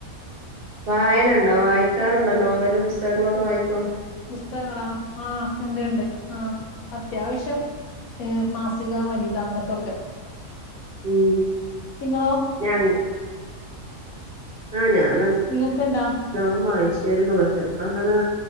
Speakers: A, on the right (about 45°); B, on the left (about 80°).
A: വായനണ്ടോ വായിക്കാറുണ്ടോ നോവലും പുസ്തകങ്ങളൊക്കെ വായിക്കോ
B: പുസ്തകങ്ങളാ ആഹ് ഇണ്ട് ഇണ്ട് ആഹ അത്യാവശ്യം ഏഹ് മാസിക വനിത അങ്ങൻത്തൊക്കെ
A: ഉം
B: നിങ്ങളോ
A: ഞാൻ ആഹ് ഞാൻ
B: നിങ്ങക്ക് ഇണ്ടാ
A: നല്ലോണം വായിച്ചിരുന്നു പക്ഷെ ഇപ്പ അങ്ങനെ